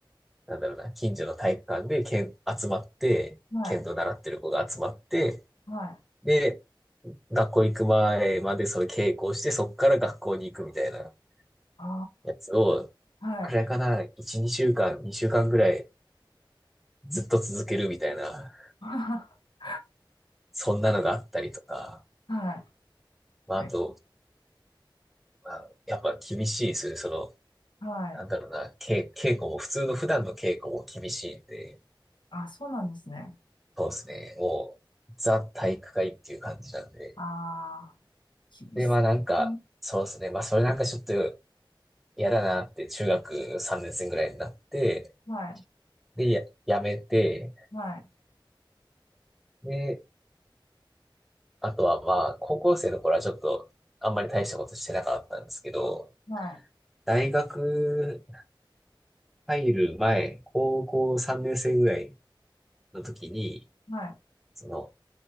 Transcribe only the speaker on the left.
ー、はい。
はい。
あ
ー。はい。
<laughs>
は
い。え
はいはいえはいはいああ、はい <laughs> はいえはい
あ、そうなんですね。
ああ、厳しいね。
はい、
はい、
はい、
はい、